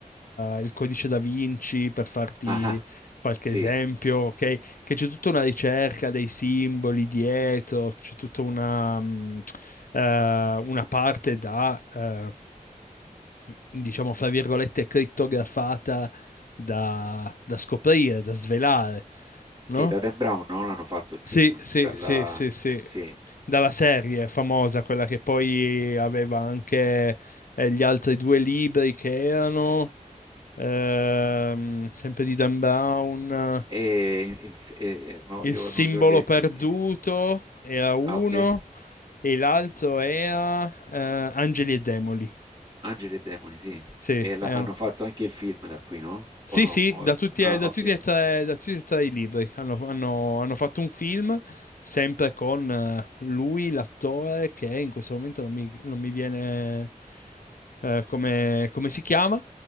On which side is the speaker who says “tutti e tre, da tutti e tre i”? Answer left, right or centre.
Left